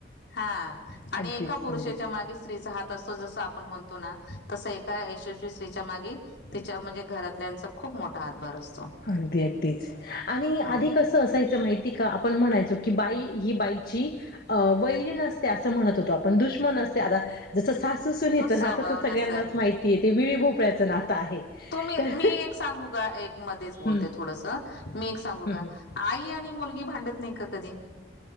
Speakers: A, on the left; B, on the left.
A: हा. आणि
B: अगदीच
A: एका पुरुषाच्या
B: अगदीच
A: मागे स्त्रीचा हात असतो, जसं आपण म्हणतो ए ना तसं एका यशस्वी स्त्रीच्या मागे, तिच्या म्हणजे घरातल्यांचा, खूप मोठा हातभार असतो
B: अगदी, अगदीच. आणि
A: हा
B: आधी कस असायचं माहितीय, का आपण म्हणायचो की बाई ही बाईची अ वैरीण असते असं म्हणत होतो आपण. दुश्मन असते. आता जसं सासूसुनचं
A: तो
B: नातं
A: स्वभाव
B: तर सगळ्यांनाच
A: ना सर
B: माहिती आहेे, ते विळी भोपळ्याचं नातं आहे.
A: तुम्ही
B: तर
A: मी एक सांगू का? एक मध्येच बोलते
B: हम्म
A: थोडसं, मी एक सांगू का?
B: हम्म हम्म
A: आई आणि मुलगी भांडत नाही का कधी?